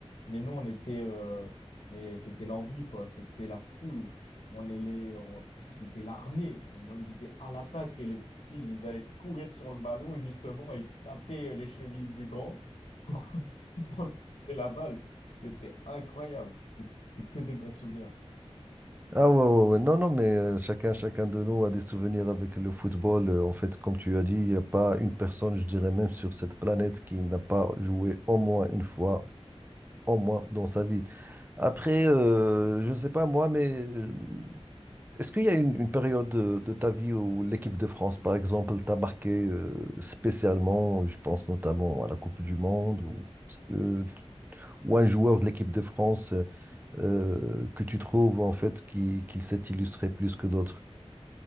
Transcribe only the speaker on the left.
Mais nous, on était, euh, mais c'était l'envie, quoi. C'était la foule. On les, les- on- c'était l'armée. On disait à l'attaque et les petits, ils allaient courir sur le ballon, justement, et taper les chevilles du grand pour, <laughs> pour récupérer la balle. C'était incroyable. C'est c'est que des bons souvenirs.